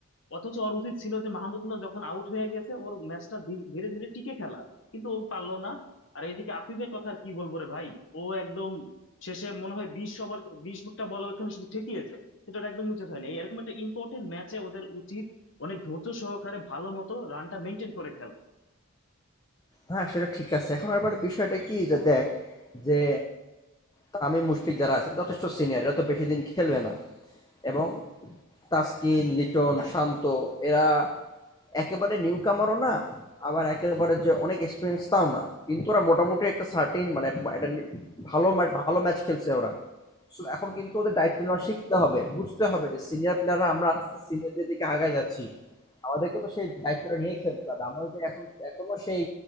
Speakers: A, on the left; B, on the left.
A: অথচ ওর উচিত ছিল যে মাহমুদুল্লাহ যখন আউট হয়ে গেছে ওর ম্যাচটা ধীরে ধীরে টিকে খেলা কিন্তু ও পারলো না আর এইদিকে আফিফের কথা আর কি বলবো রে ভাই ও একদম শেষে মনে হয় বিশ ওভার বিশটা বল ওখানে শুধু ঠেকিয়েছে সেটা ওর একদম উচিত হয়নি এরকম একটা ইম্পর্টেন্ট ম্যাচে ওদের উচিত অনেক ধৈর্য সহকারে ভালো মতো রানটা মেনটেন করে
B: হ্যাঁ সেটা ঠিক আছে এখন আবার বিষয়টা কি যে দেখ যে তামিম মুশফিক যারা আছে এরা যথেষ্ট সিনিয়র এরা তো বেশি দিন খেলবে না এবং তাসকিন লিটন শান্ত এরা একেবারে নিউ কামারও না আবার একেবারে যে অনেক এক্সপিরিয়েন্স তাও না কিন্তু ওরা মোটামুটি একটা সার্টেন
A: খেলা
B: মানে একটা নি- ভালো ম্যাচ ভালো ম্যাচ খেলছে ওরা সো এখন কিন্তু ওদের দায়িত্ব নেওয়া শিখতে হবে বুঝতে হবে যে সিনিয়র প্লেয়াররা আমরা আস্তে আস্তে সিনিয়রদের দিকে আগায় যাচ্ছি আমাদেরকে তো সেই দায়িত্বটা নিয়ে খেলতে হবে আমরা যদি এখন এখনো সেই